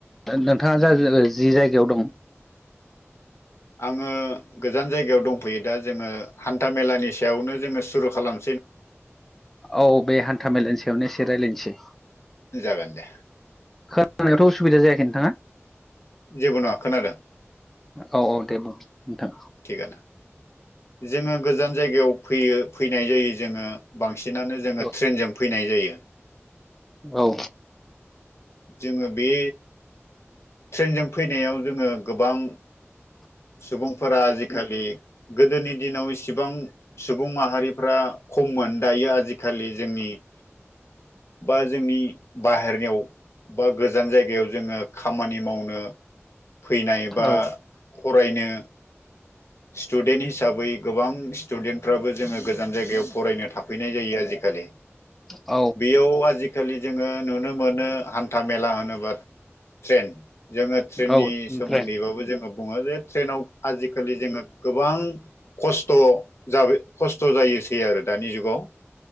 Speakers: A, in the centre; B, on the left.
A: नोंथाङा जा जि जायगायाव दं।
B: आङो गोजान जायगायाव दंफैयो दा जोङो हान्था मेलानि सायावनो जोङो सुरु खालाम
A: औ बे हान्था मेलानि सायावनो एसे रायज्लायनोसै।
B: जागोन दे
A: खोनानायावथ' उसुबिदा जायाखै नोंथाङा।
B: जेबे नङा खोनादों।
A: औ औ दे बुं नोंथां
B: थिगानो जोङो गोजान जायगायाव फैयो फैनाय जायो जोङो। बांसिनानो जोङो
A: औ
B: ट्रेनजों फैनाय जायो।
A: औ।
B: जोङो बे। ट्रेनजों फैनायाव जोङो गोबां। सुबुंफोरा आजिखालि गोदोनि दिनाव इसिबां सुबुं माहारिफ्रा खममोन दायो आजिखालि जोंनि। बि बा जोंनि बाहेरनियाव बा गोजान जायगायाव जोङो। खामानि मावनो फैनायबा
A: औ
B: फरायनो। सटुडेन्ट। हिसाबै गोबां स्टुडेन्टफ्राबो जोङो गोजान जायगायाव फरायनो थाफैनाय जायो आजिखालि।
A: औ
B: बेयाव आजिखा खालि जोङो नुनो मोनो हान्था मेला होनोबा ट्रेन। जोङो ट्रेननि
A: औ
B: सोमोन्दैबाबो
A: ट्रेन
B: जोङो बुङो जे ट्रेनाव आजिखालि जोङो गोबां। खस्थ' जाब खस्थ' जायोसै आरो दानि जुगाव